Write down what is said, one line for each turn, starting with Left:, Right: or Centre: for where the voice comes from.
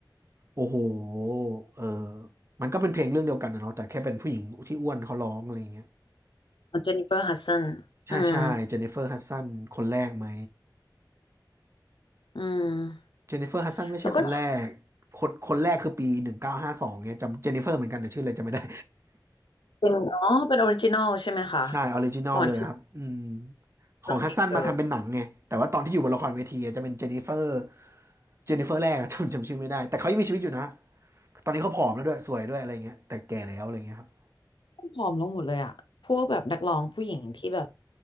Right: โอ้โหเออมันก็เป็นเพลงเรื่องเดียวกันนะเนาะแต่แค่เป็นผู้หญิงที่อ้วนเขาร้องอะไรเงี้ย
Left: เจนนิเฟอร์ฮัดสันอืม
Right: ใช่ใช่เจนนิเฟอร์ฮัดสันคนแรกไหม
Left: อืม
Right: เจนนิเฟอร์ฮัดสันไม่ใช่คนแรก
Left: แล้วก็
Right: คนคนแรกคือปีหนึ่งเก้าห้าสองเนี่ยจำเจนนิเฟอร์เหมือนกันแต่ชื่ออะไรจำไม่ได้
Left: เป็นอ๋อเป็นออริจินอลใช่ไหมคะ
Right: <laughs> ใช่ออริจินอลเลยครับอืม
Left: ก่อนที่เรื่อง
Right: ของฮัดสันมาทำเป็นหนังไงแต่ว่าตอนที่อยู่บนละครเวทีอะจะเป็นเจนนิเฟอร์
Left: Mean Girls
Right: เจนนิเฟอร์แรกอะ <laughs> จำจำชื่อไม่ได้ แต่เขายังมีชีวิตอยู่นะ ตอนนี้เขาผอมแล้วด้วยสวยด้วยอะไรเงี้ยแต่แก่แล้วอะไรเงี้ยครับ
Left: ผอมลงหมดเลยอะพวกแบบนักร้องผู้หญิงที่แบบ